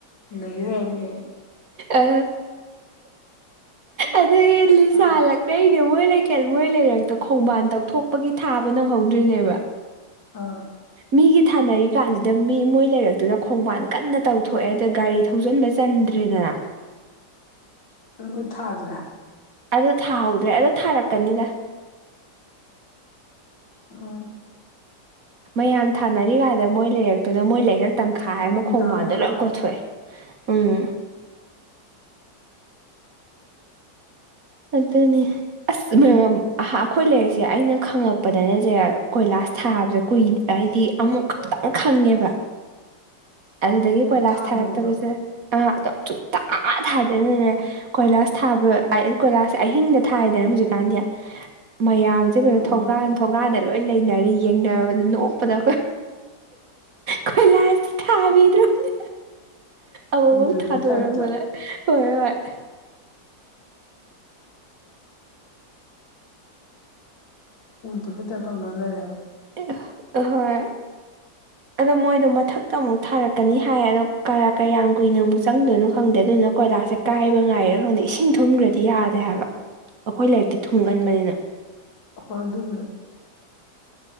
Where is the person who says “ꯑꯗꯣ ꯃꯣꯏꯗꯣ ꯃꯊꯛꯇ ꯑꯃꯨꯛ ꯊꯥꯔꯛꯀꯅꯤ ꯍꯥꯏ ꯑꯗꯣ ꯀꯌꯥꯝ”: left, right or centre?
Right